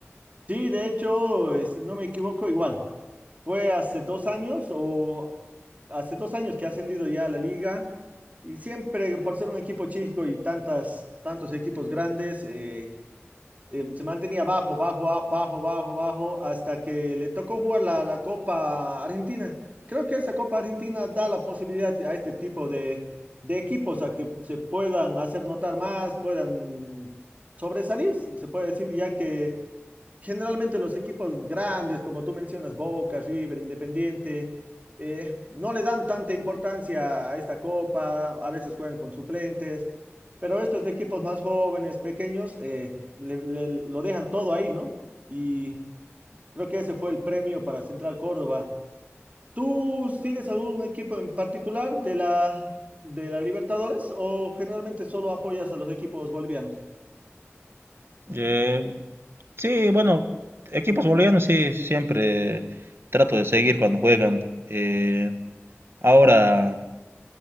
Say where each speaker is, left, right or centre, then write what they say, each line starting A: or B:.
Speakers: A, on the right; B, on the right.
A: Sí, de hecho, eh, si no me equivoco, igual. Fue hace dos años o hace dos años que ha ascendido ya a la liga y siempre por ser un equipo chico y tantas, tantos equipos grandes, eh, eh, se mantenía bajo, bajo, a- bajo, bajo, bajo hasta que le tocó jugar la, la Copa Argentina. Creo que esa Copa Argentina da la posibilidad a este tipo de, de equipos a que se puedan hacer notar más, puedan sobresalir, se puede decir, ya que Generalmente los equipos grandes, como tú mencionas, Boca, River, Independiente, eh, no le dan tanta importancia a esta copa, a veces juegan con suplentes, pero estos equipos más jóvenes, pequeños, eh, le- le- lo dejan todo ahí, ¿no? Y creo que ese fue el premio para Central Córdoba. ¿Tú sigues algún equipo en particular de la, de la Libertadores o generalmente solo apoyas a los equipos bolivianos?
B: Eh, sí, bueno, equipos bolivianos sí, siempre trato de seguir cuando juegan. Eh, ahora,